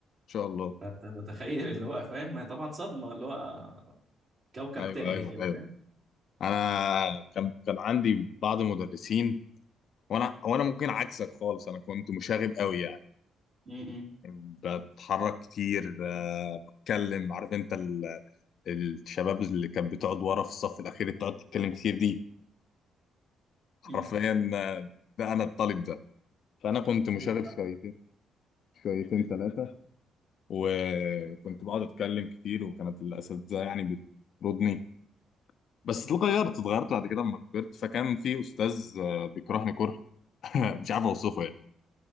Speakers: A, on the left (about 60°); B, on the right (about 55°).
A: شاء الله
B: فانت متخيل اللي هو فاهم ما هي طبعا صدمه اللي هو كوكب
A: ايوه
B: تاني
A: ايوه
B: كده
A: ايوه
B: فاهم
A: انا كان كان عندي بعض المدرسين وانا وانا ممكن عكسك خالص انا كنت مشاغب قوي يعني
B: م- م-
A: بتحرك كتير ب- بتكلم عارف انت ال- الشباب اللي كانت بتقعد ورا في الصف الاخير اللي بتقعد تتكلم كتير دي حرفيا
B: م.
A: آه، ده انا الطالب ده فانا كنت مشاغب
B: ايوه
A: شويتين شويتين ثلاثه وكنت بقعد اتكلم كتير وكانت الاساتذه يعني بتطردني بس اتغيرت اتغيرت بعد كده لما كبرت فكان في استاذ آه، بيكرهني كره <laughs> مش عارف اوصفه يعني